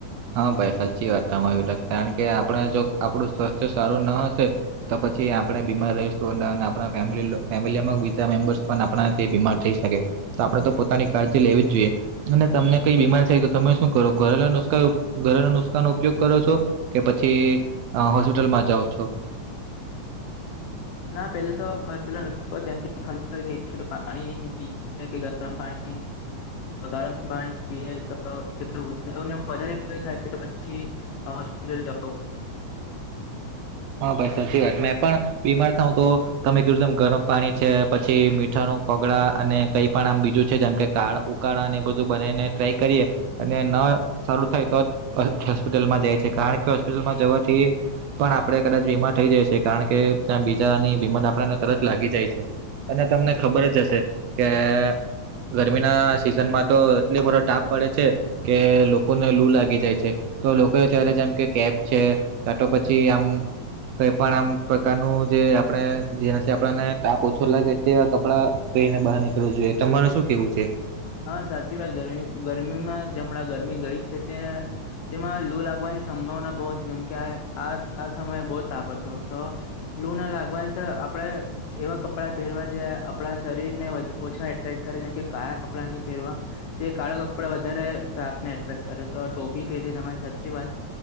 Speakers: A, on the right (about 75°); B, on the left (about 70°).
A: હા ભાઈ સાચી વાત તમા આવી લ કારણ કે આપણે જો આપણું સ્વાસ્થ્ય સારું ના હશે તો પછી આપણે બીમાર રહીશું આપ ફેમ ફેમિલીમાં બીજા મેમ્બર્સ પણ આપણા બીમાર થઈ શકે. તો આપણે તો પોતાની કાળજી લેવી જ જોઈએ અને તમને કઈ બીમાર થાય તો તમે શું કરો ઘરેલા નુસ્ખા ઘરેના નુસ્કાાનો ઉપયોગ કરો છો કે પછી હોસ્પિટલમાં જાઓ છો
B: ના પેલા તો ઘરેલો નુસ્ખોમ કે ખાલી સ થઈ ગ પાણી ગરમ પાણી ગામ પાણી પીએ તો વધારે થાય પછી હ હસ્પિટલ જ
A: હા ભાઈ સાચી વાત મેં પણ બીમાર થાઉ તો, તમે કહ્યું તેમ ગરમ પાણી છે પછી મીઠાના કોગળા અને કઈ પણ આમ બીજું છે જેમ કે કાળ, ઉકાળાને એ બધું બનાવીને ટ્રાય કરીએ અને ન સારું થાય તો જ, હોસ્પિટલમાં જાય છે કારણ કે હોસ્પિટલમાં જવાથી પણ, આપણે કદાચ બીમાર થઈ જઈ કારણ કે ત્યા બીજાની બીમારી આપણે તરત લાગી જાય છે. અને તમને ખબર જ હશે કે, ગરમીના સિઝનમાં તો એટલો બધો તાપ પડે છે. કે લોકોને લૂ લાગી જાય છે. તો લોકો એ ત્યારે છે એમ કે કેબ છે તો પછી આમ, કઈ પણ આમ પ્રકારનું જે આપણે જેનાથી આપણને તાપ ઓછો લાગે તે કપડા, પહેરીને બહાર નીકળવું જોઈએ તમારે શું કેવું છે.
B: હા સાચી વાત ગરમી ગરમીમાં જેમણાં ગરમી ગઈ છે તે, તેમાં લુ લાગવાની સંભાવના બહુ હતી જેમ કે આ આ સમયે બહુ તાપ હતો તો, લૂ ના લાગવાની તો આપણેે, એવા કપડાં પહેરવા જે આપણા શરીર ને ઓછા એટ્રેક્ટ કરે જેમ કે કાળા કપડાં નહી પહેરવા. જે કાળા કપડા વધારે તાપને એટ્રેક્ટ કરે તો ટોપી પહેરી તમારી સાચી વાત.